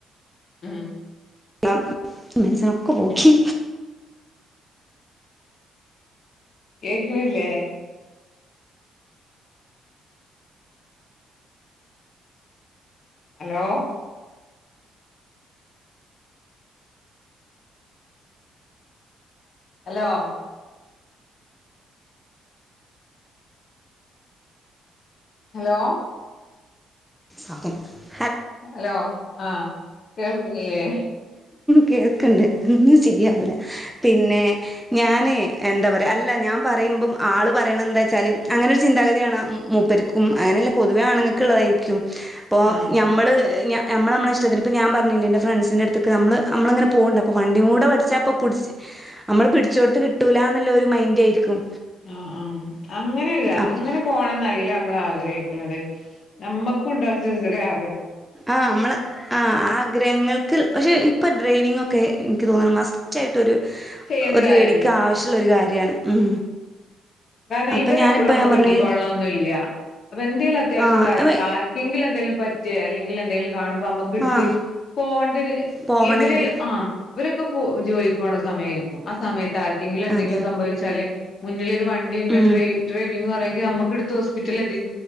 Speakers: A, on the left; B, in the centre.
A: ഉം
B: <unintelligible> ഒക്കെ പോക്കി
A: കേക്കണില്ലേ? ഹലോ ഹലോ ഹലോ
B: <unintelligible>
A: ഹലോ ആ കേൾക്കണില്ലേ?
B: കേക്കിണ്ട് ശരിയാവൂല പിന്നെ ഞാനേ എന്താ പറയാ
A: ഉം
B: അല്ല ഞാൻ പറയുമ്പം ആള് പറയണ എന്താച്ചാല് അങ്ങനെ ഒരു ചിന്താഗതിയാണ് മൂപ്പർക്കും അങ്ങനെയല്ല പൊതുവേ ആണുങ്ങൾക്കിള്ളതായിരിക്കും. അപ്പോ
A: ആഹ്
B: ഞമ്മള് ഞ ഞമ്മള് നമ്മടെ ഇഷ്ടത്തിന് ഇപ്പ ഞാൻ പറഞ്ഞില്ലേ ഇന്റെ ഫ്രണ്ട്സിൻ്റെടു ത്തിക്ക് നമ്മള് നമ്മളിങ്ങനെ പോണ്ട്, അപ്പോ വണ്ടി കൂടെ പഠിച്ചാ അപ്പ പിടിച്ച്, നമ്മള് പിടിച്ചോടത്ത് കിട്ടൂലാന്നിള്ളൊരു മൈൻ്റായിരിക്കും.
A: ആ ആ അങ്ങനെയല്ല
B: അപ്പ്
A: അങ്ങനെ പോണംന്നല്ല നമ്മളാ ഗ്ര ക്കുന്നത്. നമ്മക്കും ഉണ്ടാ ചെറിയച്ചെറിയ ആ
B: ആ അമ്മള് ആ ആഗ്രഹങ്ങൾക്ക് പക്ഷെ ഇപ്പം ഡ്രൈവിംഗ് ഒക്കെ എനിക്ക് തോന്നുണു മസ്റ്റായി ട്ട് ഒരു
A: ചെയ്യേണ്ട
B: ഒരു
A: കാര്യാണ്
B: ലേഡിക്ക് ആവശ്യമുള്ളൊരു കാര്യ <unintelligible> ഉം
A: കാരണം
B: അപ്പൊ
A: ഇവരെപ്പളും
B: ഞാനിപ്പ
A: നമ്മക്ക്
B: ഞാൻ പറഞ്ഞു
A: കിട്ടിക്കൊള്ളണന്നില്ല.
B: ഈ
A: അപ്പൊ എന്തേലും അത്യാവശ്യ
B: ആഹ്
A: കാര്യങ്ങൾ
B: അതെ
A: ആരുക്കേലും എന്തേലും പറ്റ് <unintelligible> അല്ലെങ്കില് എന്തേലും കാണുമ്പ നമുക്കടുത്ത്
B: ആഹ്
A: പോവണ്ട ഒരു
B: പോവണെങ്കി
A: ഇവര് ആ ഇവരൊക്കെ പോ ജോലിക്ക് പോണ സമയായിരിക്കും. ആ സമയത്ത് ആരുക് കെങ്കിലും എന്തെങ്കിലും
B: അതെ
A: സംഭവിച്ചാല് മുന്നിലൊരു വ ണ്ടിണ്ട്
B: ഉം
A: ഡ്രൈ ഡ്രൈവിങ്ങും അറിയാ ങ്കി നമ്മക്കെടുത്ത് ഹോസ്പിറ്റലെത്തി